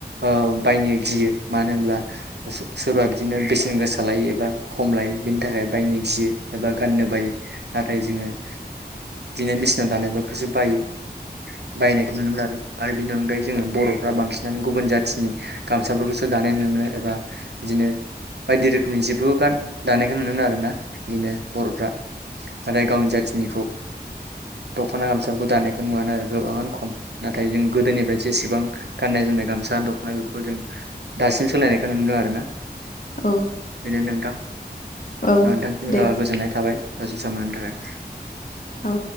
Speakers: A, on the right (about 75°); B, on the left (about 50°).
A: ओ बायनो गियो मानो होनब्ला सोसोरबा बिदिनो बेसेन गोसा लायो एबा खम लायो बेनि थाखाय बायनो गियो एबा गाननो बायो नाथाय जोङो बिदिनो मेसिनाव दानायफोरखौसो बायो बायनायखौ नुनो मोना आरो बिनि अनगायै जोङो बरफ्रा बांसिनानो गुबुन जाथिनि गामसाफोरखौसो दानाय नुनो मोनो एबा बिदिनो बायदि रोखोमनि जिब्रु गान दानायखौ नुनो मोनो आरो ना बिदिनो बरफ्रा नाथाय गावनि जाथिनिखौ दखना गामसाफोरखौ दानायखौ नुवानोआरो गोबाङानो खम नाथाय जों गोदोनिफ्राय जेसेबां गान्नाय जोमनाय गामसा दखना बेफोरखौ जों दासिम सोलायनायखौ नुनो मोन्दों आरो ना
B: औ
A: बेनो नोंथां
B: औ
A: नोंथां गोजोननाय
B: दे
A: थाबाय दसे सम <unintelligible> थाखाय
B: औ